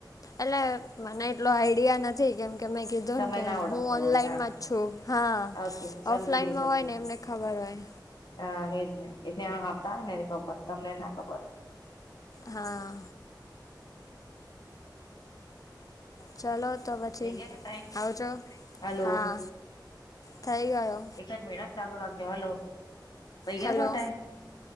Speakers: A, on the left (about 50°); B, on the left (about 65°).
A: એટલે મને એટલો આઈડિયા નથી કેમ કે મેં કી જોન
B: તમે
A: કે
B: ના ઓળખતા
A: હું ઓનલાઈન
B: હોય હા
A: છું હા
B: ઓકે સમજી
A: ઓફલાઈનમાં
B: ગઈ સમજી
A: હોય ને
B: ગઈ
A: એમને ખબર હોય
B: હા એજ ને એ ત્યાં આવતા હો ને ખબર તમને ના ખબર હોય
A: હા ચલો તો પછી
B: વહી ગયા કે ટાઈમ
A: આવજો
B: હલો
A: હા થઈ ગયો
B: એક મિનિટ હા ચાલુ રાખજો હલો વહી ગયા
A: હલો
B: કો ટાઈમ